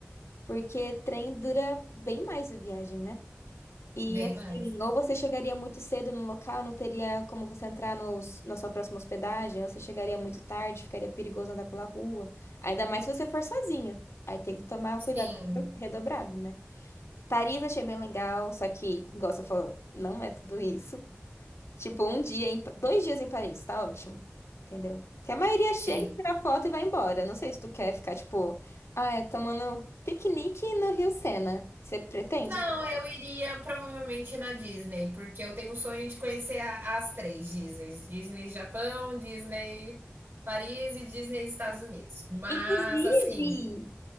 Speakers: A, on the left; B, on the right.
A: porque trem dura bem mais a viagem, né? E
B: bem
A: assim,
B: mais.
A: ou você chegaria muito cedo no local, não teria como você entrar nos, na sua próxima hospedagem, ou você chegaria muito tarde, ficaria perigoso andar pela rua. Ainda mais se você for sozinha. Aí tem que tomar
B: Sim,
A: cuidado redobrado, né? Paris achei bem legal, só que, igual você falou, não é tudo isso. Tipo, um dia, em, dois dias em Paris, tá ótimo. Entendeu? Porque a maioria
B: sim.
A: chega, tira foto e vai embora. Não sei se tu quer ficar, tipo, ai, tomando piquenique no Rio Sena. Você pretende?
B: Não, eu iria provavelmente na Disney, porque eu tenho o sonho de conhecer a- as três Disneys: Disney Japão, Disney Paris e Disney Estados Unidos. Mas,
A: Inclusive,
B: assim,